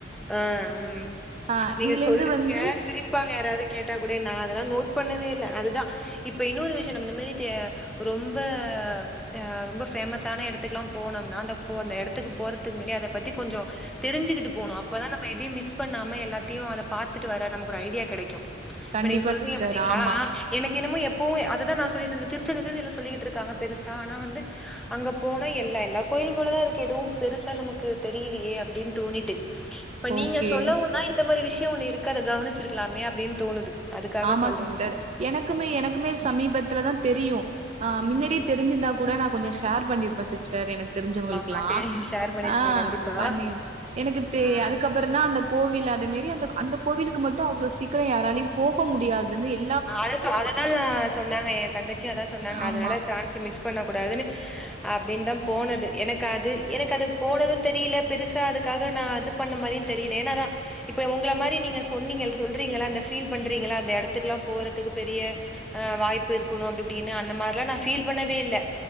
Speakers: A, in the centre; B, on the right.
A: ஆ ம்
B: ஆ
A: நீங்க
B: இதுலேந்து
A: சொல்றீங்க
B: வந்து
A: சிரிப் ப்பாங்க யாராது கேட்டா கூடே நா அதெல்லா கூட நோட் பண்ணவே இல்ல அதுதா இப்ப இன்னொரு விஷயம் நம்ம இந்தமாரி தே ரொம்ப ஆ ரொம்ப ஃபேமஸ்ஸான எடத்துக்குல்லா போனோம்னா அந்த போ அந்த எடத்துக்கு போறதுக்கு முன்னாடி அத பத்தி கொஞ்சோ தெரிஞ்சுக்கிட்டு போணு அப்பதா நம்ம எதையு மிஸ் பண்ணாம எல்லாத்தையு அத பாத்துட்டு வர நமக்கு ஒரு ஐடியா கெடைக்கு இப்ப
B: கண்டிப்பா
A: நீங்க சொல்றீங்க
B: சிஸ்டர்
A: பாத்தீங்களா
B: ஆமா
A: ஆ எனக் கு என்னமோ எப்பவு அததா நா சொல்லிட்டு இருந்த திருச்செந்தூர் திருச்செந்தூர் எல்லா சொல்லிட்டு இருக்காங்க பெருசா ஆனா வந்து அங்க போனா எல்லா எல்லா கோயிலுங்களு தா இருக்கு எதுவும் பெருசா நமக்கு தெரியிலியே அப்டினு தோணிட்டு இப்ப
B: ஓகே
A: நீங்க சொல்லவுந்தா இந்த மாரி விஷய ஒண்ணு இருக்கு அத கவனிச்சிருக்கலாமே அப்டின்னு தோணுது அதுக்காக
B: ஆமா
A: சொல்றே
B: சிஸ்டர் எனக்குமே எனக்குமே சமீபத்துல தா தெரியு ஆ முன்னாடியே
A: ம்
B: தெரிஞ்சிருந்தா கூட நா கொஞ்ச ஷேர் பண்ணிருப்பே சிஸ்டர் எனக் தெருஞ்சவுங்களுக்கெல்லா
A: ஆமா பாத்து ஷேர் பண்ணிருக்கீங்க
B: ஆ
A: கண்டிப்பா
B: பண்ணிரு எனக்கு தெ
A: ஆ
B: அதுக்கப் புறந்தா அந்த கோவில் அத மேரி அந்த அந்த கோவிலுக்கு மட்டு அவ்ளோ சீக்கிர யாராலியும் போக முடியாதுன்னு எ
A: ஆ அத சொ அததாங்க சொன்னாங்க ஏ தங்கச்சியு அதா சொன்னாங்க
B: ஆமா
A: அதனால சான்ஸ் மிஸ் பண்ணக் கூடாதுன்னு அப்டினு தா போனது எனக்கு அது எனக்கு அது போனதுன்னு தெரில பெருசா அதுக்காக நா அது பண்ண மாரியு தெரியல ஏன்னா அதா இப்ப உங்கள மாரி நீங்க சொன்னீங்க சொல்றீங்கள அந்த ஃபீல் பண்றீங்கள அந்த எடத்துக்கெல்லா போறதுக்கு பெரிய ஆ வாய்ப்பு இருக்குணு அப்டி இப்டினு அந்த மாரில்லா நா ஃபீல் பண்ணதே இல்ல